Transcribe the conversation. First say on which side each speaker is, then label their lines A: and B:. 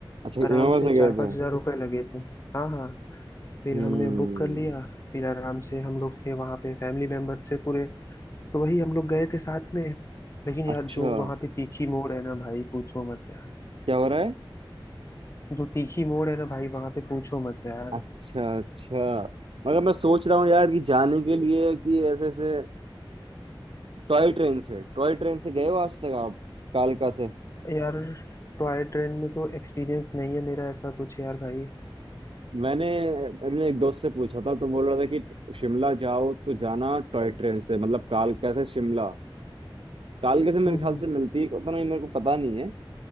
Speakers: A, on the right; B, on the left.
A: अच्छा
B: आराम
A: इनोवा
B: से
A: से
B: चार
A: गए
B: पाँच
A: थे
B: हजार रुपए लगे थे हाँ हाँ फिर
A: हम्म
B: हमने बुक कर लिया फिर आराम से हम लोग थे वहां पे फैमिली मेंबर थे पूरे तो वही हम लोग गए थे साथ में लेकिन यार
A: अच्छा
B: जो वहां पे तीखी मोड़ है ना भाई पूछो मत यार
A: क्या हो रहा है
B: जो तीखी मोड़ है ना भाई वहां पे पूछो मत यार
A: अच्छा अच्छा मगर मैं सोच रहा हूँ यार कि जाने के लिए कि ऐसे ऐसे टॉय ट्रेन से टॉय ट्रेन से गए हो आज तक आप कालका से
B: यार टॉय ट्रेन में तो एक्सपीरियंस नहीं है मेरा ऐसा कुछ यार भाई
A: मैंने मैंने एक दोस्त से पूछा था तो बोल रहा था कि शिमला जाओ तो जाना टॉय ट्रेन से मतलब कालका से शिमला कालका से मेरे
B: हम्म
A: ख्याल
B: हम्म
A: से मिलती है पता नहीं मेरे को पता नहीं है